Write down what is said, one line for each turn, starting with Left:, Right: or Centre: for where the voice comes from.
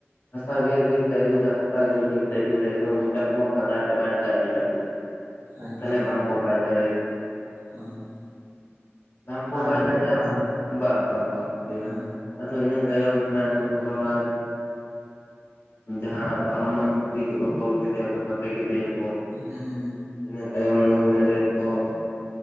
Left: ᱦᱟᱥᱟ ᱜᱮᱨ ᱜᱮᱨᱛᱮ ᱟᱹᱜᱩᱮᱫᱟ᱾ ᱦᱟᱥᱟ ᱜᱮᱨ ᱜᱮᱨ ᱛᱮᱭ ᱟᱹᱜᱩᱭ ᱮᱫᱟ ᱮᱠᱫᱚᱢ ᱢᱚᱪᱟ ᱠᱚᱢᱟ ᱯᱷᱟᱫᱟ ᱪᱟᱵᱟᱭᱮᱱ ᱛᱟᱭᱟ ᱟᱹᱰᱤ ᱞᱟᱹᱴᱩ ᱾
Right: ᱟᱪᱪᱷᱟ
Left: ᱛᱟᱦᱚᱞᱮ ᱵᱟᱝᱠᱚ ᱠᱟᱡᱽ ᱫᱟᱲᱮᱭ
Right: ᱚ <inaudible>
Left: ᱵᱟᱝᱠᱚ
Right: ᱵᱟᱝ
Left: ᱠᱟᱭ
Right: ᱦᱩᱭ
Left: <unintelligible> ᱫᱟᱲᱮᱭᱟᱜ
Right: ᱞᱮᱱᱟ ᱵᱟᱝ
Left: ᱵᱟ ᱵᱟᱝ ᱵᱟᱝ ᱦᱩᱭᱱᱟ᱾
Right: ᱦᱩᱸ
Left: ᱟᱫᱚ ᱤᱱᱟᱹ ᱛᱟᱭᱚᱢ ᱡᱟᱦᱟᱸ ᱱᱩᱭ ᱦᱚᱨᱚ ᱨᱟᱡᱽ <unintelligible> ᱡᱟᱦᱟᱸ ᱵᱟᱨᱚ ᱢᱚᱱ ᱥᱤᱠᱲᱤ ᱛᱮᱠᱚ ᱛᱚᱞ ᱠᱮᱫᱮᱭᱟᱠᱚ ᱪᱷᱟᱯᱮ ᱠᱮᱫᱮᱭᱟ ᱠᱚ
Right: ᱦᱮᱸ
Left: ᱤᱱᱟᱹ ᱛᱟᱭᱚᱢ ᱱᱩᱭ ᱞᱮᱸᱰᱮᱫ ᱠᱚ <unintelligible>